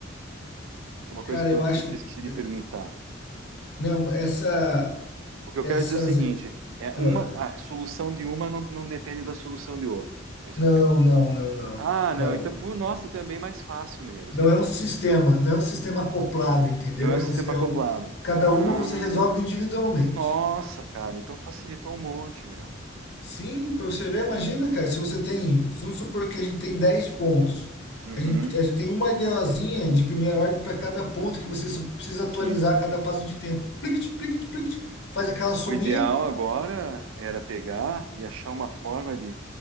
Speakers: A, on the right; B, on the left.
A: isso é uma
B: cara,
A: coisa que
B: eu
A: eu,
B: acho
A: que eu esqueci de
B: eu-
A: perguntar.
B: não, essa.
A: O que eu
B: essas.
A: quero dizer é o seguinte: é uma,
B: ah,
A: a solução de uma não, não depende da solução de outra. É isso
B: não,
A: que eu quero dizer.
B: não, não, não,
A: Ah, não,
B: não.
A: então, por nossa, então é bem mais fácil mesmo.
B: Não é um sistema, não é um sistema acoplado, entendeu?
A: Não é
B: É
A: o sistema
B: um, é
A: acoplado.
B: o, cada
A: Ah,
B: uma você resolve individualmente.
A: nossa, cara, então facilitou um monte, meu.
B: Sim, para você ver, imagina, cara, se você tem, vamos supor que a gente tem 10 pontos.
A: Uhum,
B: A gente, a gente tem uma ideazinha de primeira ordem para cada ponto que você só precisa atualizar
A: sim.
B: a cada passo de tempo. Plict, plict, plict, faz aquela sominha.
A: O ideal agora era pegar e achar uma forma de